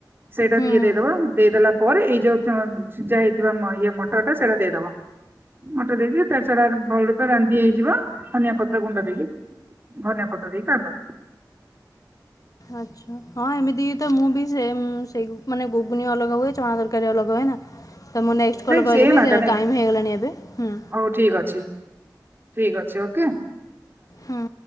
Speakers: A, on the right; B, on the left.
A: ସେଟା
B: ହୁଁ
A: ଦେଇ
B: ହୁଁ
A: ପରେ ଏଇ ଯୋଉ ସି ଯା ହେଇଥିବା ଇ ମଟରଟା ସେଇଟା ଦେଇଦବା। ମୋଟା ଦେଇଦି ତାାର ସଡା ଭଲ ରୂପେ ରାନ୍ଧି ହେଇଯିବ ଧନିଆ ପତ୍ର ଗୁଣ୍ଡ ଦେଇକି। ଧନିଆ ପତ୍ର ଦେଇ କାଡ଼ି ଦେବ।
B: ଆଛା ହଁ ଏମିତି ତ ମୁଁ ବି ସେ ସେଇ ମାନେ ଗୁଗୁନି ଅଲଗା ହୁଏ ଚଣା ତରକାରୀ ଅଲଗା ହୁଏ ନା ତ ମୁଁ ନେକ୍ସଟ କଲ୍
A: ନାଇଁ
B: କହିଦେବି
A: ସେମ୍ ଆକା ନାଇଁ
B: ଟାଇମ ହେଇଗଲାଣି ଏବେ ହୁଁ।
A: ହଉ ଠିକ୍ ଅଛି। ଠିକ ଅଛି ଓକେ।
B: ହୁଁ